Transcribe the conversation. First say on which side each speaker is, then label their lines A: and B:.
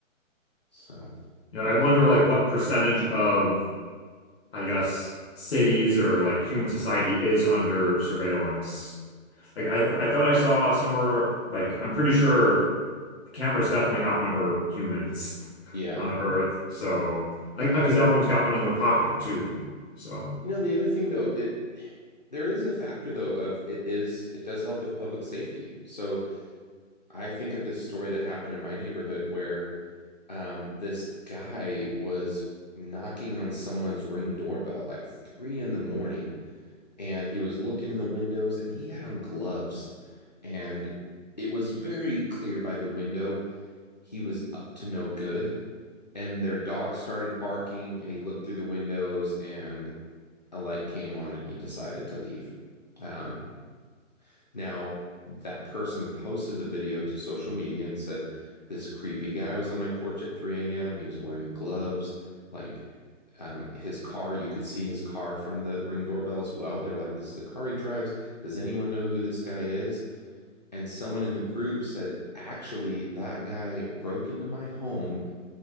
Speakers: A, on the left; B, on the left.
A: So,
B: you know, I wonder like what percentage of I guess cities or like human society is under surveillance. Like I th I thought I saw somewhere like I'm pretty sure cameras definitely outnumber humans.
A: yeah.
B: on Earth. So, like, because everyone's got one in their pocket too. So,
A: You know, the other thing though, it there is a factor though of it is it does help with public safety. So, I think of this story that happened in my neighborhood where um, this guy was knocking on someone's ring doorbell at like three in the morning, and he was looking in the windows, and he had on gloves, and it was very clear by the window he was up to no good. And their dog started barking, and he looked through the windows, and a light came on, and he decided to leave. Um, now, that person posted the video to social media and said, This creepy guy was on my porch at 3 a.m. He was wearing gloves. Like um, his car, you could see his car from the ring doorbell as well. They were like, This is the car he drives. Does anyone know who this guy is? And someone in the group said, Actually, that guy broke into my home